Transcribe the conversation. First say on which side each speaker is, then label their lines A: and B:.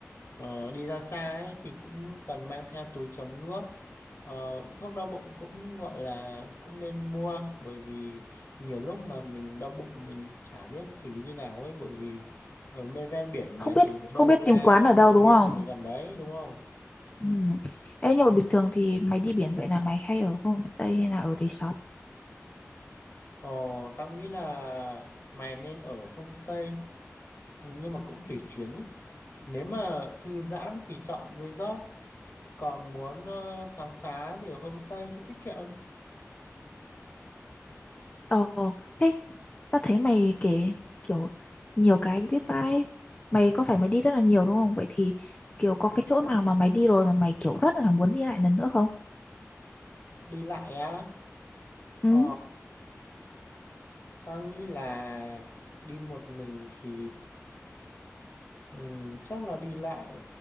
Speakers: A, on the left; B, on the left.
A: ờ, đi ra xa ấy thì cũng cần mang theo túi chống nước Ờ, thuốc đau bụng cũng gọi là cũng nên mua bởi vì nhiều lúc mà mình đau bụng mình chả biết xử lý như nào ấy bởi vì ở bên ven biển
B: Không
A: mà
B: biết,
A: thì lấy đâu
B: không biết
A: ra
B: tìm quán ở đâu
A: bệnh
B: đúng
A: viện
B: không?
A: ở gần đấy đúng không?
B: Ừ. Ê, nhưng mà bình thường thì mày đi biển vậy là mày hay ở homestay hay là ở resort?
A: Ờ, tao nghĩ là mày nên ở homestay nhưng mà cũng tùy chuyến ấy Nếu mà thư giãn thì chọn resort, còn muốn ờ, khám phá thì ở homestay cho tiết kiệm.
B: Ồ, thế tao thấy mày kể kiểu nhiều cái biết vãi. Mày có phải mày đi rất là nhiều đúng không? Vậy thì kiểu có cái chỗ nào mà mày đi rồi mà mày kiểu rất là muốn đi lại lần nữa không?
A: Đi lại á, ờ,
B: Ừ,
A: ta nghĩ là đi một mình thì ừm, chắc là đi lại,